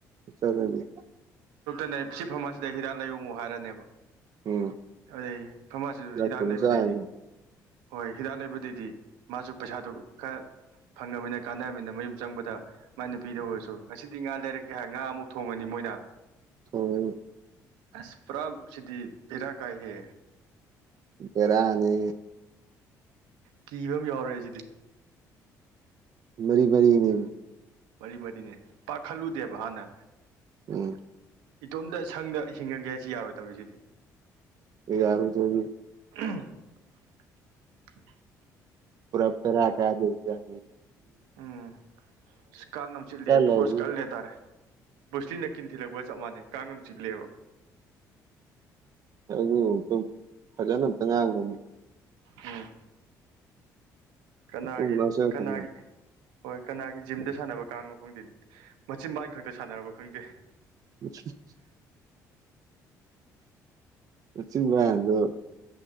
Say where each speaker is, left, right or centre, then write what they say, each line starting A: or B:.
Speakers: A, on the right (about 55°); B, on the right (about 85°).
A: ꯆꯠꯕꯤ
B: ꯅꯦ ꯁꯤ ꯐꯔꯃꯁꯤꯗ ꯍꯤꯗꯥꯛ ꯂꯥꯏꯌꯡꯨ ꯍꯥꯏꯔꯅꯦꯕ
A: ꯎꯝ
B: ꯑꯗꯩ ꯐꯝꯃꯥꯁꯤꯁꯨ
A: ꯆꯥꯛꯄꯨ
B: ꯍꯤꯗꯥꯛ
A: ꯑꯃꯨꯛ
B: ꯂꯩꯕꯗꯩꯗꯤ
A: ꯆꯥꯔꯅꯤ
B: ꯍꯣꯏ ꯍꯤꯗꯥꯛ ꯂꯩꯕꯗꯩꯗꯤ ꯃꯥꯁꯨ ꯄꯁꯥꯗꯧ ꯀ ꯐꯪꯉꯅꯤꯅ ꯀꯥꯟꯅꯅꯤꯅ ꯃꯌꯨꯝ ꯆꯪꯕꯗ ꯃꯥꯏ ꯅꯨꯄꯤꯗ ꯑꯣꯏꯔꯁꯨ ꯉꯁꯤꯗꯤ ꯉꯥ ꯂꯩꯔꯛꯀꯦ ꯍꯥꯏ ꯉꯥ ꯑꯃꯨꯛ ꯊꯣꯡꯉꯅꯤ ꯃꯣꯏꯅ
A: ꯊꯣꯡꯉꯅꯤ
B: ꯑꯁ ꯄꯨ꯭ꯔꯥ ꯁꯤꯗꯤ ꯄꯤꯗꯥ ꯀꯥꯏ ꯍꯦ
A: ꯄꯦꯔꯅꯤ
B: ꯀꯕꯝ ꯌꯥꯎꯔꯔꯦꯁꯤꯗꯤ
A: ꯃꯔꯤ ꯃꯔꯤꯅꯦ
B: ꯃꯔꯤ ꯃꯔꯤꯅꯦ ꯄꯥꯈꯠꯂꯨꯗꯦꯕ ꯍꯥꯟꯅ
A: ꯎꯝ
B: ꯏꯇꯣꯝꯇ ꯁꯪꯗ ꯍꯤꯡꯉꯒꯦ ꯍꯥꯏꯁꯤ ꯌꯥꯔꯣꯏꯗꯧꯔꯤꯁꯤꯗꯤ
A: ꯌꯥꯔꯨꯖꯌꯦ
B: ꯎ
A: ꯄꯨꯔꯞ ꯇꯔ ꯀꯗꯖꯦ
B: ꯎꯝ ꯀꯥꯡ ꯉꯝ ꯆꯤꯂꯦ
A: ꯆꯠ ꯂꯩꯕꯅꯤ
B: ꯐꯣꯔꯁ ꯀꯠꯜꯂꯦ ꯍꯥꯏꯇꯥꯔꯦ ꯕꯨꯨꯁꯂꯤꯅ ꯀꯤꯟ ꯊꯤꯜꯂꯛꯄꯒ ꯆꯞ ꯃꯥꯟꯅꯩ ꯀꯥꯡ ꯑꯃ ꯆꯤꯠꯂꯦꯕ
A: ꯑꯗꯨ ꯐꯖꯅ ꯑꯝꯇ ꯉꯥꯡꯕꯅꯤ
B: ꯎꯝ ꯀꯅꯥꯒꯤ
A: ꯃꯇꯨꯡ ꯃꯅꯥꯎ ꯆꯪꯉꯛꯀꯅꯨ
B: ꯀꯅꯥꯒꯤ ꯍꯣꯏ ꯀꯅꯥꯒꯤ ꯖꯤꯝꯗ ꯁꯥꯟꯅꯕ ꯀꯥꯡꯅꯣ ꯈꯪꯗꯦ ꯃꯆꯤꯟ ꯃꯏ ꯈꯛꯇ ꯁꯥꯟꯅꯔꯕ ꯈꯪꯗꯦ
A: <inaudible> ꯆꯤꯟꯕꯗꯣ